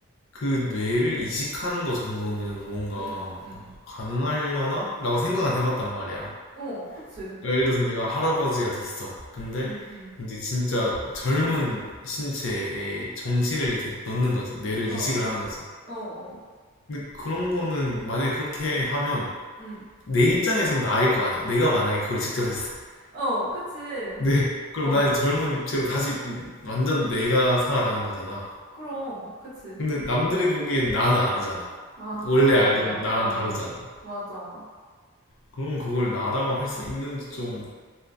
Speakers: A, on the left; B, on the right.
A: 그 뇌를 이식하는 거 정도는 뭔가
B: 음, 음,
A: 가능하려나? 라고 생각은
B: 음,
A: 해봤단 말이야.
B: 어, 그치.
A: 그러니까 예를 들어서 내가 할아버지가 됐어. 근데
B: 음, 음,
A: 이제 음, 진짜 젊은 신체에 정신을 이렇게 넣는 거지. 뇌를
B: 어, 어,
A: 이식을 하는 거지.
B: 어, 어,
A: 근데 그런 거는 만약에 그렇게 하면
B: 음,
A: 내 입장에선 나일 거 아니야. 내가 만약에 그걸 직접 했어
B: 어, 그치.
A: 네. <laughs> 그럼
B: 어,
A: 나 젊은 육체로 다시 완전 내가 살아가는 거잖아.
B: 그럼, 그치.
A: 근데 남들이 보기엔 나는 아니잖아.
B: 아,
A: 원래
B: 맞아.
A: 알던 나랑
B: 어,
A: 다르잖아.
B: 맞아.
A: 그럼 그걸 나라고 할 수 있는지 좀